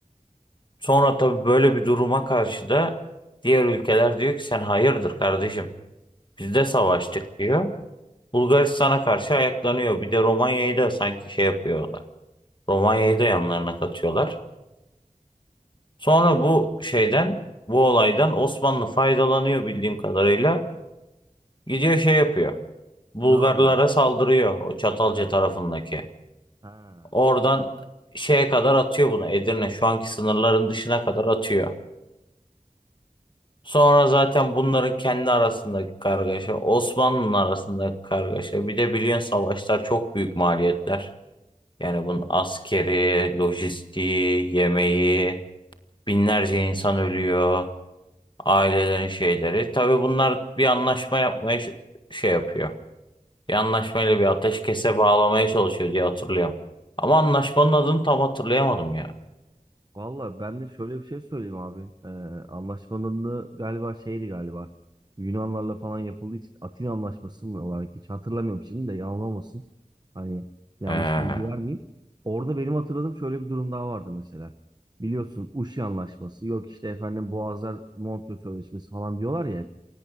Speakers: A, on the left (about 35°); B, on the right (about 30°).
A: Sonra tabii böyle bir duruma karşı da diğer ülkeler diyor ki sen hayırdır kardeşim biz de savaştık diyor. Bulgaristan'a karşı ayaklanıyor. Bir de Romanya'yı da sanki şey yapıyorlar. Romanya'yı da yanlarına katıyorlar. Sonra bu şeyden, bu olaydan Osmanlı faydalanıyor bildiğim kadarıyla. Gidiyor şey yapıyor. Bulgarlara
B: Ne yapıyor abi?
A: saldırıyor o Çatalca tarafındaki.
B: Ha.
A: Oradan şeye kadar atıyor bunu. Edirne şu anki sınırların dışına kadar atıyor. Sonra zaten bunların kendi arasındaki kargaşa, Osmanlı'nın arasındaki kargaşa. Bir de biliyorsun savaşlar çok büyük maliyetler. Yani bunun askeri, lojistiği, yemeği, binlerce insan ölüyor. Ailelerin şeyleri. Tabii bunlar bir anlaşma yapmaya ş- şey yapıyor. Bir anlaşmayla bir ateşkese bağlamaya çalışıyor diye hatırlıyorum. Ama anlaşmanın adını tam hatırlayamadım ya.
B: Valla ben de şöyle bir şey söyleyeyim abi. Ee, anlaşmanın da galiba şeydi galiba. Yunanlarla falan yapıldığı için Atina Anlaşması mı olarak hiç hatırlamıyorum şimdi de yanılmasın. Hani yanlış
A: Ee,
B: bilgi vermeyeyim. Orada benim hatırladığım şöyle bir durum daha vardı mesela. Biliyorsun Uşi Anlaşması yok işte efendim Boğazlar Montreux Sözleşmesi falan diyorlar ya hep.